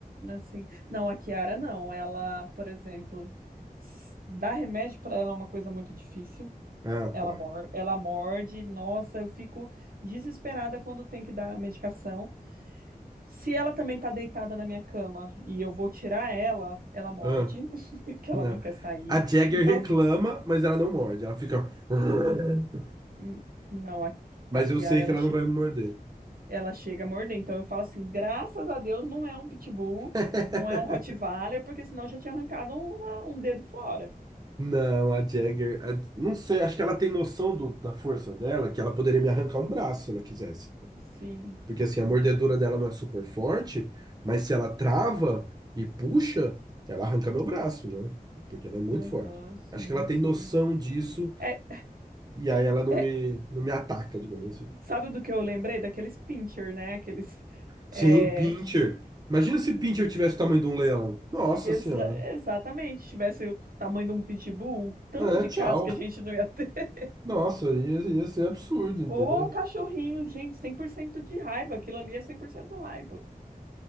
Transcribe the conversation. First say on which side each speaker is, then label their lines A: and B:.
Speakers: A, on the right (about 70°); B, on the right (about 25°).
A: Assim, não, a Kiara não. Ela, por exemplo, s- dar remédio para ela é uma coisa muito difícil.
B: Ah,
A: Ela
B: tá.
A: mor... ela morde. Nossa, eu fico desesperada quando tem que dar medicação. Se ela também tá deitada na minha cama e eu vou tirar ela, ela morde,
B: Ah,
A: <laughs> que
B: não.
A: ela não quer sair.
B: A Jagger
A: Então,
B: reclama,
A: eu f-
B: mas ela não morde. Ela fica. <laughs>
A: Hum, não, a,
B: Mas
A: a Kiara,
B: eu sei
A: ela,
B: que ela
A: che-
B: não vai me morder.
A: ela chega a morder. Então, eu falo assim, graças a Deus não é um pitbull,
B: <laughs>
A: não é um Rottweiler, porque senão eu já tinha arrancado uma- um dedo fora.
B: Não, a Jagger. a- Não sei, acho que ela tem noção do- da força dela, que ela poderia me arrancar um braço se ela quisesse. né?
A: Sim,
B: Porque
A: sim.
B: assim, a mordedura dela não é super forte, mas se ela trava e puxa, ela arranca meu braço, né? Porque ela é muito
A: Aham,
B: forte.
A: sim,
B: Acho que ela tem
A: sim.
B: noção disso
A: É,
B: e aí ela não
A: é,
B: me, não me ataca, digamos assim.
A: sabe do que eu lembrei? Daqueles pincher, né? Aqueles
B: Sim,
A: é,
B: pincher. Imagina se pincher tivesse o tamanho de um leão. Nossa
A: Exa-
B: senhora.
A: exatamente. Se tivesse o tamanho de um pitbull, o tanto
B: É,
A: de
B: tchau.
A: casos que a gente não ia ter.
B: Nossa, ia, ia ser absurdo,
A: <laughs>
B: entendeu?
A: Ô, cachorrinho, gente, cem por cento de raiva. Aquilo ali é 100% raiva.